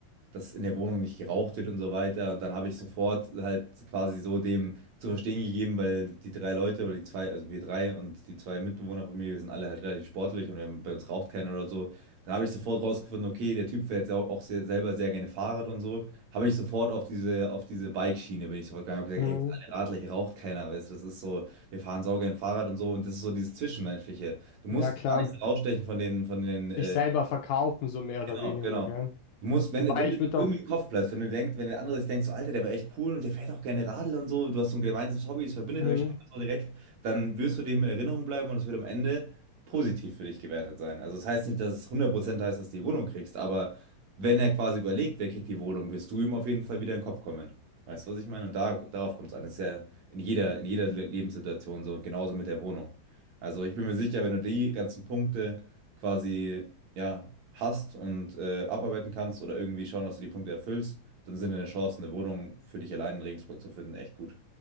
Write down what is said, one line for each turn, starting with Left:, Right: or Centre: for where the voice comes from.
Right: dass in der Wohnung nicht geraucht wird und so weiter. Und dann habe ich sofort halt quasi so dem zu verstehen gegeben, weil die drei Leute oder die zwei, also wir drei und die zwei Mitbewohner von mir, wir sind alle halt relativ sportlich und wir- bei uns raucht keiner oder so. Dann habe ich sofort rausgefunden, okay, der Typ fährt sau- auch sehr, selber sehr gerne Fahrrad und so. Habe ich sofort auf diese, auf diese Bike-Schiene bin ich sofort gegangen, habe
Left: Mhm,
Right: gesagt, ey, wir sind alle Radler, hier raucht keiner, weißt du, das ist so, wir fahren saugern Fahrrad und so und das ist so dieses Zwischenmenschliche. Du musst
Left: ja klar.
Right: gar nichts rausstechen von den, von den
Left: Sich
Right: äh,
Left: selber verkaufen, so mehr oder
Right: Genau,
Left: weniger,
Right: genau.
Left: gell?
Right: Du musst, wenn,
Left: Wobei
Right: wenn
Left: ich
Right: du dir
Left: würde
Right: irgendwie
Left: auch.
Right: im Kopf bleibst, wenn du denkst, wenn der andere sich denkt, so Alter, der war echt cool und der fährt auch gerne Radl und so, du hast so ein gemeinsames Hobby, es verbindet
Left: mhm.
Right: euch auch so direkt, dann wirst du dem in Erinnerung bleiben und es wird am Ende positiv für dich gewertet sein. Also es das heißt nicht, dass es 100% heißt, dass du die Wohnung kriegst, aber wenn er quasi überlegt, wer kriegt die Wohnung, wirst du ihm auf jeden Fall wieder in den Kopf kommen. Weißt du, was ich meine? Und da, darauf kommt es an. Das ist ja in jeder, in jeder Le- Lebenssituation so, genauso mit der Wohnung. Also ich bin mir sicher, wenn du die ganzen Punkte quasi ja, hast und äh, abarbeiten kannst oder irgendwie schauen, dass du die Punkte erfüllst, dann sind deine Chancen, eine Wohnung für dich allein in Regensburg zu finden, echt gut.